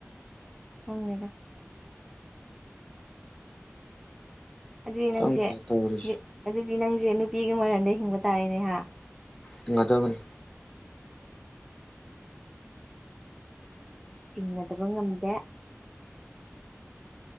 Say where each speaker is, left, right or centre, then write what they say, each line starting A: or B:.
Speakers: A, in the centre; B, on the left.
A: ꯈꯪꯗꯦꯗ ꯑꯗꯨꯗꯤ ꯅꯪꯖꯦ
B: ꯈꯪꯗꯦ ꯇꯧꯔꯤꯁꯦ
A: ꯑꯗꯨꯗꯤ ꯅꯪꯖꯦ ꯅꯨꯄꯤꯒꯤ ꯃꯔꯜꯗ ꯍꯤꯡꯕ ꯇꯥꯔꯦꯅꯦꯍꯥ
B: ꯍꯤꯡꯉꯥꯗꯕꯅꯤ
A: ꯆꯤꯡꯅꯗꯕ ꯉꯝꯗꯦ